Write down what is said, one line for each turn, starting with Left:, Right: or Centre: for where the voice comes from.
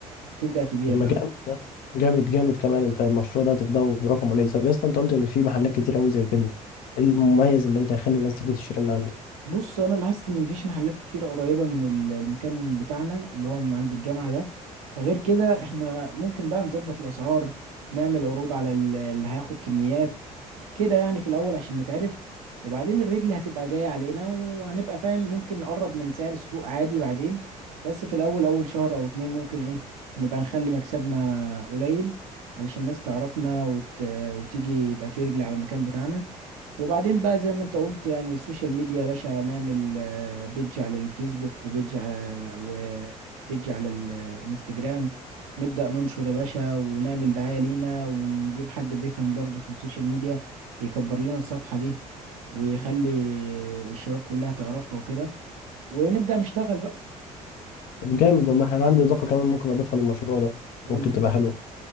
Right: تبدأ تبيع
Left: طب ما
Right: بقى
Left: جامد ده جامد جامد كمان انت المشروع ده هتبداه برقم قليل طب يا اسطى انت قلت ان في محلات كتير قوي زي كده ايه المميز اللي انت هيخلي الناس تيجي تشتري من عندك
Right: بص انا لاحظت ان مفيش محلات كتير قريبه من ال- المكان بتاعنا اللي هو من عند الجامعه ده غير كده احنا ممكن بقى نظبط الاسعار نعمل عروض على ال- اللي هياخد كميات كده يعني في الاول عشان نتعرف وبعدين الرجل هتبقى جايه علينا وهنبقى فاهم ممكن نقرب من سعر السوق عادي بعدين بس في الاول اول شهر او اتنين ممكن ايه نبقى نخلي مكسبنا قليل علشان الناس تعرفنا وت... وتيجي يبقى في رجل على المكان بتاعنا وبعدين بقى زي ما انت قلت يعني السوشيال ميديا يا باشا نعمل آه، بيج على الفيسبوك وبيج على وبيج على الانستجرام نبدأ ننشر يا باشا ونعمل دعاية لينا ونجيب حد بيفهم برضه في السوشيال ميديا يكبر لنا الصفحة دي ويخلي الشباب كلها تعرفها وكده ونبدأ نشتغل بقى
Left: طب جامد والله انا عندي اضافه كمان ممكن اضيفها للمشروع ده
Right: قول
Left: ممكن
Right: لي
Left: تبقى حلوه